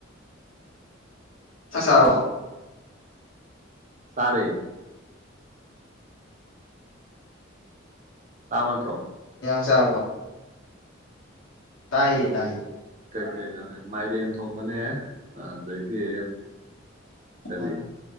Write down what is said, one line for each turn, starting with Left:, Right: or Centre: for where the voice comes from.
Left: ꯆꯔꯥꯕꯣ
Right: ꯇꯥꯔꯦ ꯇꯥꯕ ꯅꯠꯇ꯭ꯔꯣ
Left: ꯆꯥꯛ ꯆꯥꯔꯥꯕꯣ ꯇꯥꯏꯌꯦ ꯇꯥꯏꯌꯦ
Right: ꯀꯩ ꯀꯩꯅꯣꯅꯦ ꯃꯥꯏꯔꯦꯟ ꯊꯣꯡꯕꯅꯦ ꯑꯗꯒꯤ ꯀꯔꯤ
Left: ꯑꯥ